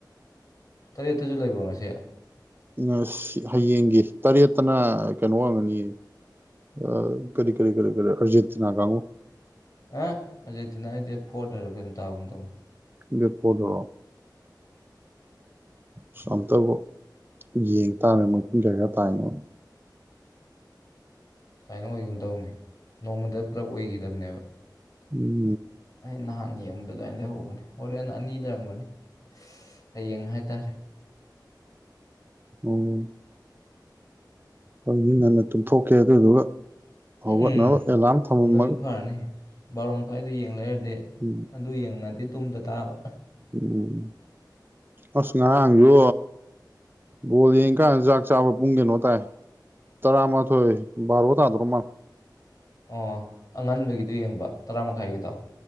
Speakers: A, on the left (about 50°); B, on the right (about 30°).
A: ꯇꯔꯦꯠꯇꯁꯨ ꯂꯩꯕ꯭ꯔꯣ ꯉꯁꯤ
B: ꯑ ꯍꯌꯦꯡꯒꯤ ꯇꯔꯦꯠꯇꯅ ꯀꯩꯅꯣ ꯍꯪꯒꯅꯤꯌꯦ ꯑ ꯀꯔꯤ ꯀꯔꯤ ꯀꯔꯤ ꯑꯔꯖꯦꯟꯇꯤꯅꯥ ꯀꯥꯡꯉꯨ
A: ꯑ ꯑꯥꯔꯖꯦꯟꯇꯤꯅꯥꯒꯤꯗꯤ ꯐꯣꯔꯗꯔ ꯀꯩꯅꯣ ꯇꯥꯒꯨꯝ ꯇꯧꯅꯤ
B: ꯗꯦꯠ ꯐꯣꯔꯗꯣ ꯑꯁ ꯑꯝꯇꯕꯨ ꯌꯦꯡ ꯇꯥꯔꯦ ꯃꯣꯏ ꯄꯨꯡ ꯀꯌꯥ ꯀꯌꯥ ꯇꯥꯏꯅꯣ
A: ꯁꯨꯃꯥꯏꯅ ꯑꯣꯏꯒꯨꯝ ꯇꯧꯅꯦ ꯅꯣꯡꯃꯗ ꯄꯨꯂꯞ ꯑꯣꯏꯈꯤꯗꯕꯅꯦꯕ
B: ꯎꯝ
A: ꯑꯩ ꯅꯍꯥꯟ ꯌꯦꯡ ꯑꯗꯨꯃꯥꯏꯅ ꯂꯩꯍꯧꯕꯅꯤ ꯍꯣꯔꯦꯟ ꯑꯅꯤ ꯂꯩꯔꯝꯒꯅꯤ ꯍꯌꯦꯡ ꯍꯥꯏꯇꯥꯔꯦ
B: ꯎꯝ ꯑꯩꯗꯤ ꯉꯟꯅ ꯇꯨꯝꯊꯣꯛꯀꯦ ꯑꯗꯨꯏꯗꯨꯒ
A: ꯎꯝ
B: ꯍꯧꯒꯠꯅꯕ ꯑꯦꯂꯥꯔꯝ ꯊꯝꯃꯝꯃꯒꯦ
A: ꯑꯗꯨꯝ ꯐꯔꯅꯤ ꯕꯥꯔꯣ ꯃꯈꯥꯏꯗꯨ ꯌꯦꯡ ꯂꯩꯔꯗꯤ
B: ꯎꯝ
A: ꯑꯗꯨ ꯌꯦꯡꯉꯗꯤ ꯇꯨꯝꯗ ꯇꯥꯕ
B: ꯎꯝ ꯑꯁ ꯉꯔꯥꯡ ꯁꯨ ꯕꯣꯜ ꯌꯦꯡ ꯀꯥꯟ ꯆꯥꯛ ꯆꯥꯕ ꯄꯨꯡ ꯀꯩꯅꯣ ꯇꯥꯏ ꯇꯔꯥꯃꯊꯣꯏ ꯕ꯭ꯔꯣ ꯊꯥꯗ꯭ꯣꯔꯝꯃꯅꯤ
A: ꯑꯣ ꯑꯉꯟꯕꯒꯤꯗꯤ ꯌꯦꯡꯕ ꯇꯔꯥ ꯃꯈꯥꯏꯒꯤꯗꯣ